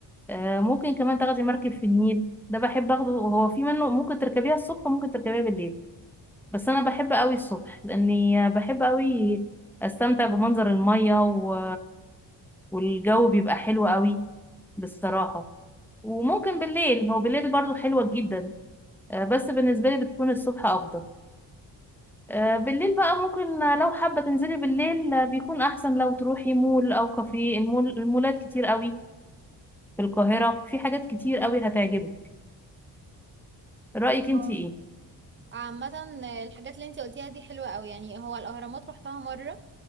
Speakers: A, in the centre; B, on the right.
A: آه، ممكن كمان تاخدي مركب في النيل ده بحب اخده هو في منه ممكن تركبيها الصبح وممكن تركبيها بالليل بس انا بحب قوي الصبح لاني بحب قوي استمتع بمنظر المية و... والجو بيبقى حلو قوي بصراحة وممكن بالليل هو بالليل برضو حلوة جدا آه، بس بالنسبة لي بتكون الصبح افضل آه، بالليل بقى ممكن آه، لو حابة تنزلي بالليل آه، بيكون احسن لو تروحي مول او كافيه المول المولات كتير قوي في القاهرة في حاجات كتير قوي هتعجبك رأيك انتي
B: آه.
A: ايه
B: عامة الحاجات اللي انتي قلتيها دي حلوة قوي يعني هو الأهرامات روحتها مرة